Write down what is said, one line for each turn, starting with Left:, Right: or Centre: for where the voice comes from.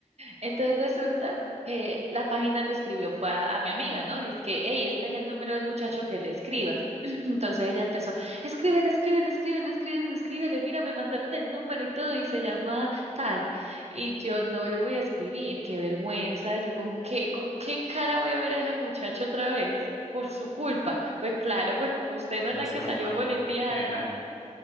Right: Entonces resulta que la página le escribió fue a, a mi amiga, ¿no? Dice que, hey, este es el número del muchacho que le escribas. <clears throat> Entonces ella empezó, escríbele, escríbele, escríbele, escríbele, escríbele, mira, me mandaron el número y todo, y se llama tal. Y yo no le voy a escribir, qué vergüenza, yo con qué, con qué cara voy a ver a ese muchacho otra vez, por su culpa. Pues claro, pues como usted no
Left: No,
Right: es la
Left: es
Right: que
Left: que me
Right: salió
Left: imagino,
Right: boleteada,
Left: qué pena.